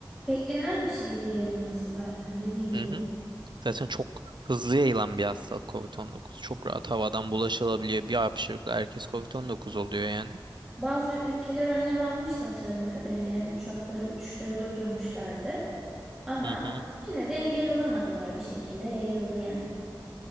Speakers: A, in the centre; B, on the right.
A: Beklenen bir şeydi yayılması zaten dediğin gibi.
B: Hı hı. Zaten çok hızlı yayılan bir hastalık covid on dokuz Çok rahat havadan bulaşılabiliyor. Bir hapşırıkla herkes covid on dokuz oluyor yani.
A: Bazı ülkeler önlem almıştı hatırladığım kadarıyla. Yani uçakları, uçuşları durdurmuşlardı. Ama
B: Hı hı.
A: yine de engel olamadılar bir şekilde yayıldı yani.